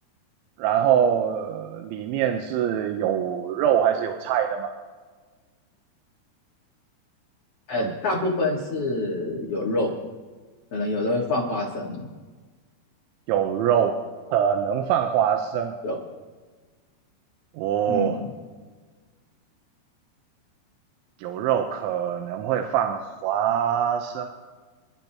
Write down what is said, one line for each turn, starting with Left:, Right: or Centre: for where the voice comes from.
Right: 然后、呃里面是有肉还是有菜的吗？
Left: 呃，
Right: 嗯，
Left: 大部分是有肉，可能有的会放花生，
Right: 有肉，可能放花生。
Left: 有，
Right: 哦，
Left: 嗯，
Right: 有肉可能会放花生，